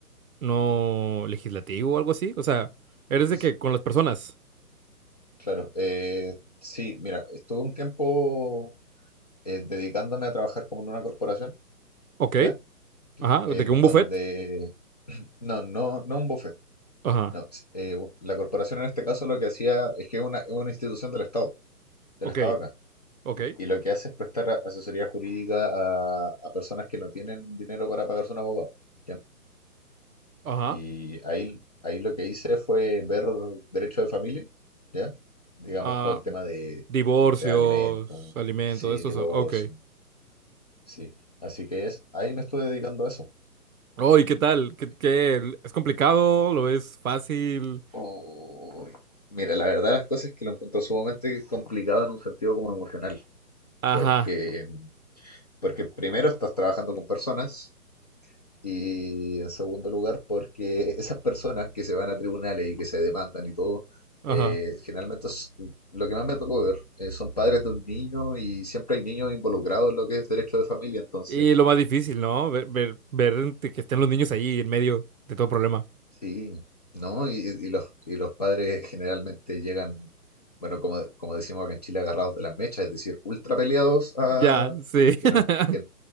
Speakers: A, on the right; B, on the left.
A: no legislativo o algo así. O sea, eres de
B: S-
A: que con las personas.
B: Claro, eh, sí, mira, estuve un tiempo eh, dedicándome a trabajar como en una corporación,
A: Ok.
B: ¿ya? Que-
A: Ajá,
B: En
A: de que un
B: donde,
A: buffet.
B: <clears throat> no, no, no un buffet,
A: Ajá,
B: no, s- eh, u- la corporación en este caso lo que hacía es que es una, es una institución del Estado, del
A: ok,
B: Estado acá,
A: ok,
B: y, y lo que hace es prestar a- asesoría jurídica a, a personas que no tienen dinero para pagarse un abogado, ¿ya?
A: ajá.
B: Y ahí, ahí lo que hice fue ver derecho de familia, ¿ya? Digamos
A: Ah,
B: todo el tema de,
A: divorcios,
B: de alimentos,
A: alimentos,
B: sí,
A: eso,
B: divorcio,
A: eso, ok.
B: sí. Así que es, ahí me estuve dedicando a eso.
A: Oh, ¿y qué tal? ¿Qué,
B: sí.
A: qué? ¿Es complicado? ¿Lo ves fácil?
B: Uy, Mira, la verdad las cosas es que lo encuentro sumamente complicado en un sentido como emocional,
A: Ajá,
B: porque, porque primero estás trabajando con personas, Y en segundo lugar, porque esas personas que se van a tribunales y que se demandan y todo,
A: ajá.
B: eh, generalmente es- lo que más me tocó ver eh, son padres de un niño y siempre hay niños involucrados en lo que es derecho de familia, entonces,
A: Y lo más difícil, ¿no? Ver, ver, ver que estén los niños ahí en medio de todo problema.
B: sí, ¿no? Y, y los, y los padres generalmente llegan, bueno, como, como decimos acá en Chile, agarrados de las mechas, es decir, ultra peleados a,
A: Ya, sí.
B: que
A: <laughs>
B: no, que